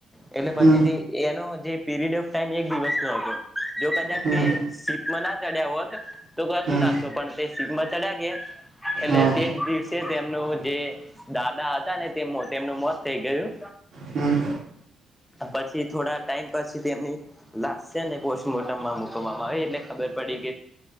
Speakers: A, in the centre; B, on the right (about 65°).
A: એટલે
B: હમ
A: પછી એનો જે પીરિડ ઓ ટમ એક દિવસ ન હતો. જો કદા
B: હમ
A: સીપમાં ના ચડ્યા હોત તો કશું
B: હમ
A: ના પણ ચ ગયા એટલે
B: હા
A: તેજ દિવસે તેમનું જે દાદા હતા ને તેમનું મોત થઈ ગયું
B: હમ
A: પછી થોડા ટાઈમ પછી તેમની લશને પોસ્ટમોર્ટમમાં મુકવામાં આવી એટલે ખબર પડી